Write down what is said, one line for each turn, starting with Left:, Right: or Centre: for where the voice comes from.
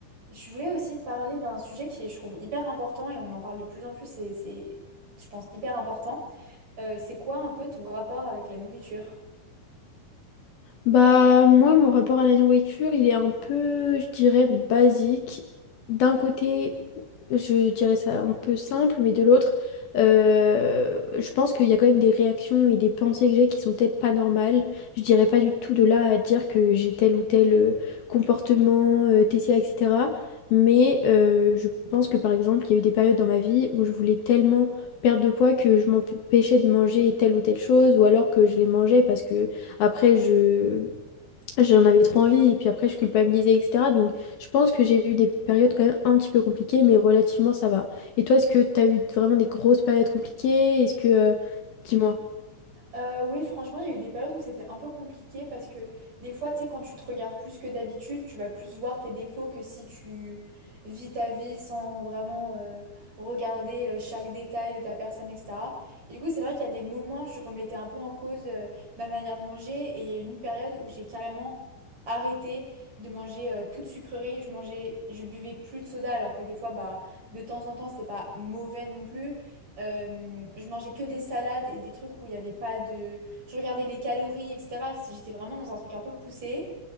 Right: Je voulais aussi te parler d'un sujet qui est, je trouve, hyper important et on en parle de plus en plus, et c'est, je pense, hyper important. Euh, c'est quoi un peu ton rapport avec la nourriture?
Left: Bah, moi, mon rapport à la nourriture, il est un peu, je dirais, basique. D'un côté, je dirais ça un peu simple, mais de l'autre, euh, je pense qu'il y a quand même des réactions et des pensées que j'ai qui sont peut-être pas normales. Je dirais pas du tout de là à dire que j'ai tel ou tel euh, comportement, euh, TCA, etc. Mais euh, je pense que, par exemple, il y a eu des périodes dans ma vie où je voulais tellement perdre de poids que je m'empêchais de manger telle ou telle chose, ou alors que je les mangeais parce que après, je j'en avais trop envie et puis après, je culpabilisais, etc. Donc, je pense que j'ai eu des périodes quand même un petit peu compliquées, mais relativement, ça va. Et toi, est-ce que tu as eu vraiment des grosses périodes compliquées? Est-ce que... euh, Dis-moi.
Right: Euh, oui, franchement, il y a eu des périodes où c'était un peu compliqué parce que des fois, tu sais, quand tu te regardes plus que d'habitude, tu vas plus voir tes défauts que si tu vis ta vie sans vraiment euh, regarder euh, chaque détail de ta personne, etc. Et du coup, c'est vrai qu'il y a des moments, je remettais un peu en cause euh, ma manière de manger et il y a eu une période où j'ai carrément arrêté de manger euh, toute sucrerie. Je mangeais, je buvais plus de soda alors que des fois, bah, de temps en temps, c'est pas mauvais non plus. Euh, je mangeais que des salades et des trucs où il n'y avait pas de... Je regardais les calories, etc. J'étais vraiment dans un truc un peu poussé.